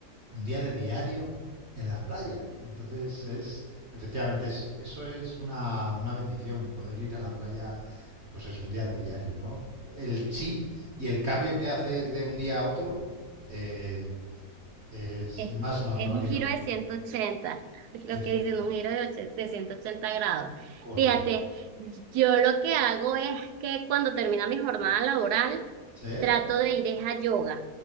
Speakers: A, on the right; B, on the right.
A: un día de diario en la playa. Y Entonces es, efectivamente, es- eso es una, una bendición, poder ir a la playa, pues es un día de diario, ¿no? El chip y el cambio que haces de un día a otro eh, es
B: es,
A: más notorio.
B: es un giro de 180, es <laughs> lo
A: Efectivamente,
B: que dicen, un giro de, och- de 180 grados.
A: correcto.
B: Fíjate, yo lo que hago es que cuando termina mi jornada laboral,
A: ¿Sí?
B: trato de ir es a yoga.